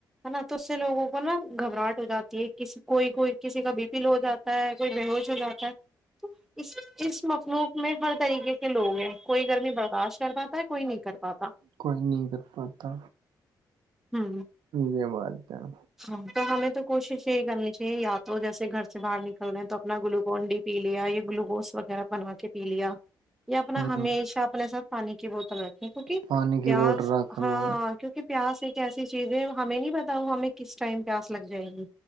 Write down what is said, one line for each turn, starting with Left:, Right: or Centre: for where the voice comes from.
Centre: نہ تو اس سے لوگوں کو نا گھبراہٹ ہو جاتی ہے کسی کوئی کوئی کسی کا بی پیل ہو جاتا ہے کوئی بیہوش ہو جاتا ہے تو اس اس مسئلہ میں ہر طریقے کے لوگ ہیں کوئی گرمی برداشت کر پاتا ہے کوئی نہیں کر پاتا
Right: کوئی نہیں کر پاتا
Centre: ہوں
Right: یہ بات ہے
Centre: ہاں تو ہمیں تو کوشش یہی کرنی چاہیے یا تو جیسے گھر سے باہر نکل رہے ہیں تو اپنا گلوکون ڈی پی لیا یہیا گلوکوز وغیرہ بنا کے پی لیا یہ اپنا
Right: ہوں
Centre: ہمیشہ اپنے ساتھ پانی کی بوتل رکھیں کیونکہ
Right: پانی کی
Centre: پیاس
Right: بوٹل رکھ لو
Centre: ہاں کیونکہ پیاس ایک ا یسی چیزیں ہے ہمیں نہیں بتاؤ ہمیں کس ٹائم پیاس لگ جائےیں گی